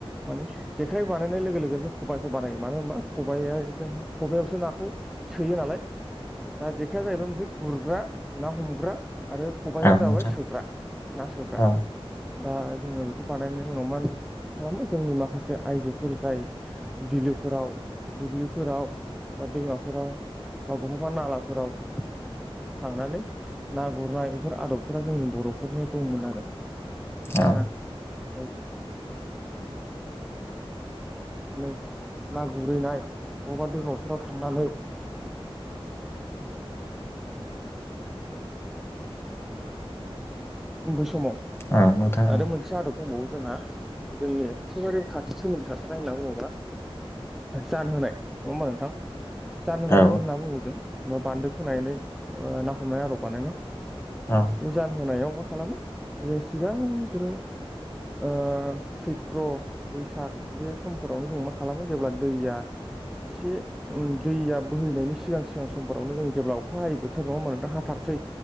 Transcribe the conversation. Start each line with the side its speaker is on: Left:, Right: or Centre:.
Centre: माने <unintelligible> जेखाइ बानायनाय लोगो लोगोन जों खबाइखौ बानायो मानो होनबा खबाइआ जों खबायावसो नाखौ सोयो नालाय दा जेखाया जाहैबाय मोनसे गुरग्रा ना हमग्रा ग्रा आरो खबाइआ
Left: नोंथां
Centre: जाबाय सोग्रा ना सोग्रा
Left: औ
Centre: दा जोङो बेखौ बानायनायनि उनाव मा खालामो जोंनि माखासे आइजोफोर जाय बिलोफोराव दुब्लिफोराव बा दैमाफोराव बा बहाबा नाला फोराव थांनानै ना गुरनाय बेफोर आदबफोरा जोंनि बरफोरनियाव दंमोन आरो दा
Left: औ
Centre: औ <unintelligible> <unintelligible> ना गुरैनाय बबावबा दैबावफोराव थांनानै बै समाव
Left: औ नोंथां
Centre: आरो
Left: औ
Centre: मोनसे आदब <unintelligible> समाव जोंहा जोंनि एखेबारे खाथि सोमोन्दो थाथारनाय होनना बुङोब्ला जान होनाय नङा होमबा नोंथां। जान होननाय
Left: औ
Centre: होनना बुङो जों बान्दो खोनायानै ओ ना हमनाय आरो बानायनाय
Left: औ
Centre: बे जानहोनायाव मा खालामो जों सिगांग्रो ओ सैत्र बैसाग बे समफोरावनो जों मा खालामो जेब्ला दैया एसे उम दैया बोहैनायनि सिगां सिगां समफोरावनो जों जेब्ला अखा हायै बोथोर नङा <unintelligible> हाथारसै